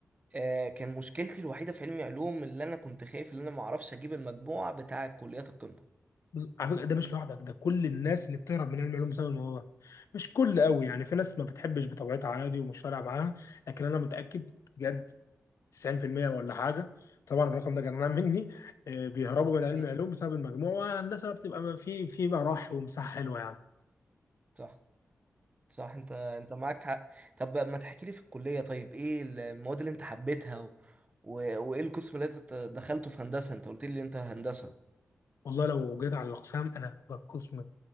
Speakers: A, on the right; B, on the left.
A: آه، كان مشكلتي الوحيده في علمي علوم اللي انا كنت خايف ان انا ما اعرفش اجيب المجموع بتاع كليات القمه
B: بس على فكره ده مش لوحدك ده كل الناس اللي بتهرب من علم العلوم بسبب الموضوع ده مش كل
A: صح
B: قوي يعني في ناس ما بتحبش بطبيعتها عادي ومش فارقه معاها لكن انا متاكد بجد 90% ولا حاجه طبعا الرقم ده جنان مني آه، بيهربوا من علم
A: مم.
B: العلوم بسبب المجموع والهندسه بتبقى في في بقى راح ومساحه حلوه يعني
A: صح صح انت انت معاك حق طب ما تحكي لي في الكلية طيب ايه المواد اللي انت حبيتها و... و... وايه القسم اللي انت دخلته في هندسة انت قلت لي انت هندسة
B: والله لو جيت على الاقسام انا القسم